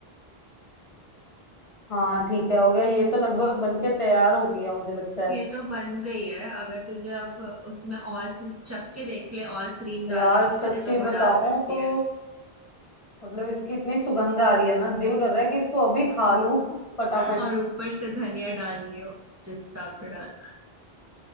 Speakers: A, on the left; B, on the right.
A: हाँ ठीक है हो गया ये तो लगभग बन के तैयार हो गया मुझे लगता है
B: ये तो बन गई है अगर तुझे अब उसमें और क्री- चख के देख ले और क्रीम डालने
A: यार
B: का
A: सच्ची
B: मन है तो वो
A: बताऊं
B: डाल सकती
A: तो
B: है
A: मतलब इसकी इतनी सुगंध आ रही है ना दिल कर रहा है कि इसको अभी खा लूं <laughs> फटाफट
B: और ऊपर से धनिया डाल लियो जिस हिसाब से डालना है